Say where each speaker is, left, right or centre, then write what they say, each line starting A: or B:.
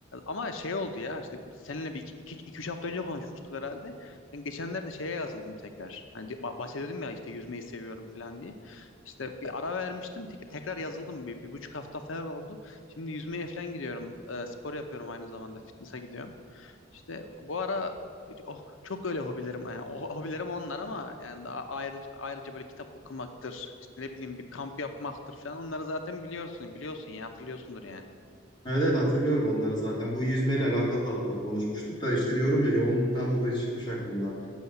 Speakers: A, on the left (about 80°); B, on the left (about 25°).
A: Ama şey oldu ya işte seninle bir iki, iki, iki üç hafta önce konuşmuştuk herhalde. Ben geçenlerde şeye yazıldım tekrar. Hani di- bah- bahsediyordum ya işte yüzmeyi seviyorum falan diye. İşte bir ara vermiştim. Tek- tekrar yazıldım. Bir, bir buçuk hafta falan oldu. Şimdi yüzmeye falan gidiyorum. E, spor yapıyorum aynı zamanda. Fitness'a gidiyorum. İşte bu ara oh, çok öyle hobilerim yani o hobilerim onlar ama yani daha ayrıca, ayrıca böyle kitap okumaktır işte ne bileyim bir kamp yapmaktır falan onları zaten biliyorsun biliyorsun ya hatırlıyorsundur yani.
B: Evet evet hatırlıyorum onları zaten. Bu yüzmeyle alakalı da hatta konuşmuştuk da işte diyorum ya yoğunluktan dolayı çıkmış aklımdan.